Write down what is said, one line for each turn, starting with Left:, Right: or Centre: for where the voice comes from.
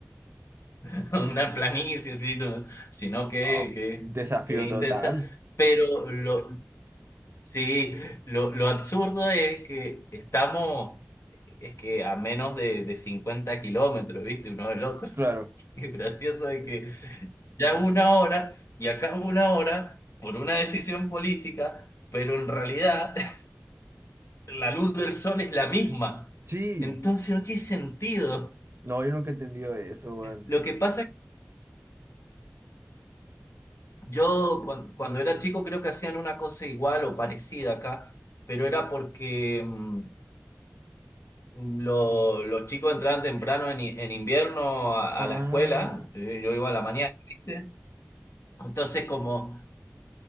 Left: <laughs> una planicie, sino, sino que,
Right: Oh,
Left: que,
Right: desafío
Left: que es
Right: total.
Left: intensa. Pero lo, sí, lo, lo absurdo es que estamos, es que a menos de, de 50 kilómetros, ¿viste? Uno del otro. <laughs>
Right: Claro.
Left: Y gracioso es que ya una hora y acá una hora por una decisión política, pero en realidad <laughs> la luz del sol es la misma.
Right: Sí.
Left: Entonces no tiene sentido.
Right: No, yo nunca he entendido eso, weón.
Left: Lo que pasa es que yo cuan- cuando, era chico creo que hacían una cosa igual o parecida acá, pero era porque mm, lo- los chicos entraban temprano en, i- en invierno a,
Right: Ah,
Left: a la escuela, eh, yo iba a la mañana, ¿viste? Entonces como...